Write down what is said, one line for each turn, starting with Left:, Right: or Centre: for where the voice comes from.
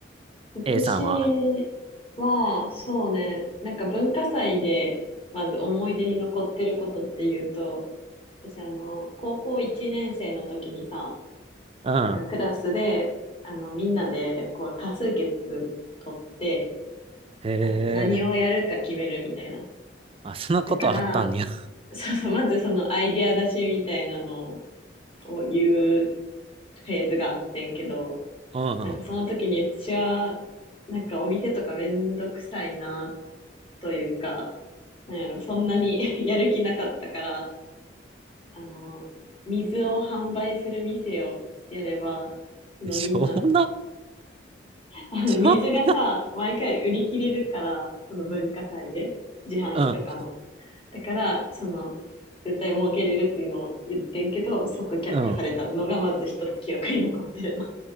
Left: 私は、
Right: ?A さんは。
Left: そうね、なんか文化祭で、まず思い出に残ってることっていうと、私あの、高校1年生の時にさ、
Right: うん。
Left: なんかクラスで、あの、みんなで、こう、多数決取って、
Right: へえ。
Left: あの、何をやるか決めるみたいな。
Right: あ、そんなことあったんや。
Left: だから、そうそう、まずそのアイディア出しみたいなのを言うフェーズがあってんけど、
Right: うんう
Left: なんかその時に私は、なんかお店とかめんどくさいなというか、なんやろ、そんなに <laughs> やる気なかったから、あの、水を販売する店をやれば、そのみんな、
Right: ん。しょうもな。
Left: あの、
Right: しょう、
Left: 水がさ、毎回売り切れるから、その文化祭で、自販機とかの。
Right: うん。
Left: だから、その、絶対儲けれるっていうのを言ってんけど、即却下されたのがまず一つ記憶に残ってるな。
Right: うん。